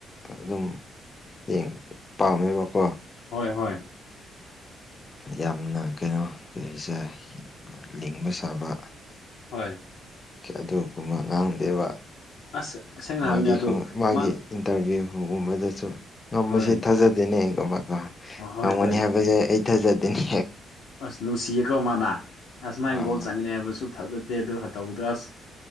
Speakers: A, on the left; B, on the left.
A: ꯑꯗꯨꯝ ꯌꯦꯡ ꯄꯥꯝꯃꯦꯕꯀꯣ
B: ꯍꯣꯏ ꯍꯣꯏ
A: ꯌꯥꯝꯅ ꯀꯩꯅꯣ ꯀꯩꯍꯥꯢꯁꯦ ꯌꯥꯝꯅ ꯂꯤꯡꯕ ꯁꯥꯕ
B: ꯍꯣꯏ
A: ꯑꯗꯨꯒꯨꯝꯕ ꯉꯥꯡꯗꯦꯕ
B: ꯑꯁ ꯁꯦꯡꯅ
A: ꯃꯥꯒꯤ
B: ꯍꯥꯏꯕꯅꯦ ꯑꯗꯨ
A: <unintelligible> ꯃꯥꯒꯤ
B: ꯃꯥ
A: ꯏꯟꯇꯔꯚ꯭ꯌꯨꯒꯨꯝꯕꯗ ꯁꯨ ꯉꯝꯕꯁꯦ
B: ꯍꯣꯏ
A: ꯊꯥꯖꯗꯦꯅꯦꯒꯨꯝꯕꯀꯣ
B: ꯍꯣꯏ
A: ꯉꯝꯒꯅꯤ
B: ꯍꯣꯏ
A: ꯍꯥꯏꯕꯖꯦ ꯑꯩ ꯊꯥꯖꯗꯦꯅꯦ
B: ꯑꯁ ꯅꯨꯡꯁꯤꯌꯦꯀꯣ ꯃꯥꯅꯥ ꯑꯁꯨꯃꯥꯢ
A: ꯑꯥ
B: ꯒꯣꯜ ꯆꯟꯒꯅꯤ ꯍꯥꯏꯕ ꯁꯨ ꯊꯥꯖꯗꯦ ꯑꯗꯨ ꯇꯧꯕꯗꯣ ꯑꯁ